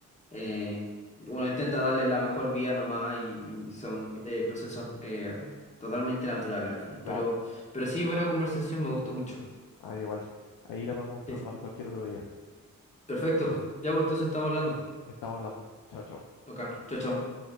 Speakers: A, on the left (about 20°); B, on the left (about 75°).
A: eh, uno intenta darles la mejor vida nomás y, y son eh, procesos eh, totalmente naturales al final.
B: claro.
A: Pero, pero sí, buena conversación, me gustó mucho.
B: Ahí igual, ahí la podemos retomar
A: Sí,
B: cualquier otro día.
A: perfecto. Ya pues entonces estamos hablando.
B: Estamos hablando. Chao, chao.
A: Ok, chao, chao.